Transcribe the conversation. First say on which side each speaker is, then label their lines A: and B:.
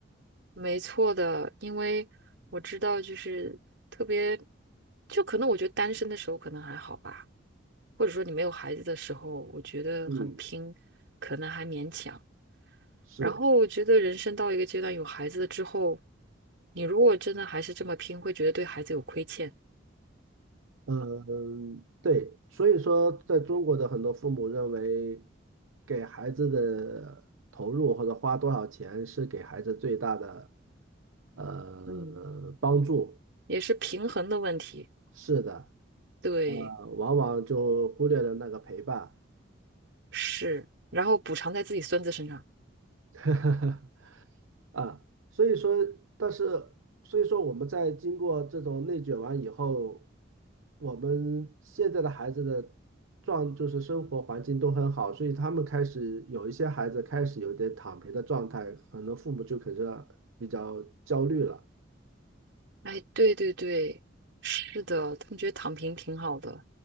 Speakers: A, on the right; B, on the right.
A: 没错的，因为我知道，就是特别，就可能我觉得单身的时候可能还好吧。或者说你没有孩子的时候，我觉得很拼，
B: 嗯，
A: 可能还勉强。
B: 是，
A: 然后我觉得人生到一个阶段，有孩子了之后，你如果真的还是这么拼，会觉得对孩子有亏欠。
B: 嗯，对，所以说在中国的很多父母认为，给孩子的投入或者花多少钱是给孩子最大的呃帮助，
A: 嗯，也是平衡的问题。
B: 是的，
A: 对，
B: 呃往往就忽略了那个陪伴。
A: 是。然后补偿在自己孙子身上。
B: <laughs> 啊，所以说，但是所以说，我们在经过这种内卷完以后，我们现在的孩子的状就是生活环境都很好，所以他们开始有一些孩子开始有点躺平的状态，可能父母就可能比较焦虑了
A: 哎，对对对，是的，他们觉得躺平挺好的，